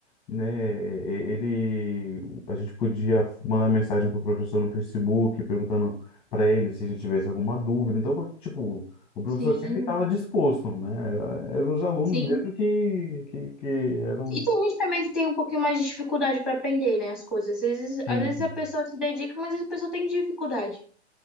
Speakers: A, on the left; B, in the centre.
A: né, e- ele, a gente podia mandar mensagem para o professor no Facebook perguntando para ele se a gente tivesse alguma dúvida, então, tipo, o professor
B: sim,
A: sempre estava disposto, né? Era- Eram os alunos
B: sim.
A: mesmo que, que, que eram.
B: E tem gente também que tem um pouquinho mais de dificuldade para aprender, né, as coisas. Às vezes,
A: Sim.
B: às vezes a pessoa se dedica, mas às vezes a pessoa tem dificuldade